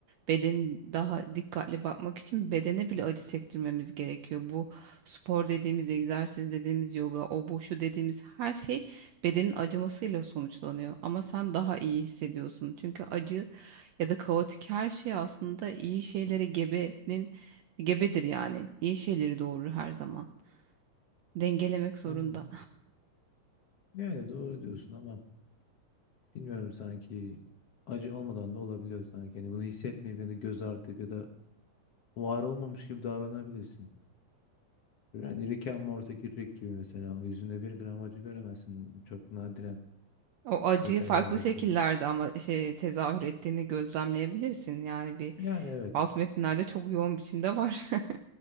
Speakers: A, on the right; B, on the left.
A: beden daha dikkatli bakmak için bedene bile acı çektirmemiz gerekiyor. Bu spor dediğimiz egzersiz dediğimiz yoga o bu şu dediğimiz her şey bedenin acımasıyla sonuçlanıyor ama sen daha iyi hissediyorsun çünkü acı ya da kaotik her şey aslında iyi şeylere gebenin Gebedir yani. İyi şeyleri doğurur her zaman. Dengelemek zorunda.
B: Yani, yani doğru diyorsun ama bilmiyorum sanki acı olmadan da olabiliyor sanki. Yani bunu hissetmeyip ya da göz ardı edip ya da var olmamış gibi davranabilirsin. Yani Rick and Morty'deki Rick gibi mesela o yüzünde bir gram acı göremezsin. Çok nadiren
A: O acıyı
B: detaylı
A: farklı
B: olması
A: şekillerde
B: sürece.
A: ama şey tezahür ettiğini gözlemleyebilirsin. Yani bir
B: Yani evet.
A: alt metinlerde çok yoğun biçimde var. <laughs>